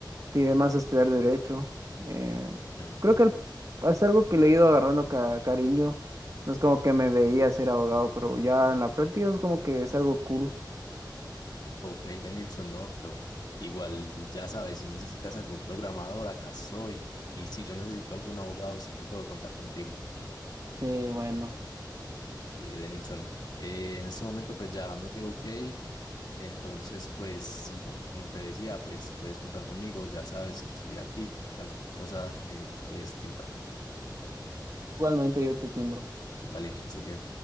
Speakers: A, on the right; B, on the left.
A: tiré más a estudiar derecho. Eh,
B: Ujú.
A: creo que el- es algo que le he ido agarrando ca- cariño. No es como que me veía ser abogado, pero ya en la práctica es como que es algo cool.
B: Ok, Denilson, no, pero igual ya sabes, si necesitas algún programador, acá soy. Y si yo necesito algún abogado, sé que puedo contar contigo.
A: Eh, bueno,
B: Sí, Denilson, eh, en este momento pues ya me tengo que ir, Entonces, pues sí, como te decía, pues puedes contar conmigo, ya sabes que estoy aquí, cualquier cosa me puedes timbrar.
A: igualmente yo te timbro.
B: Dale, que estés bien.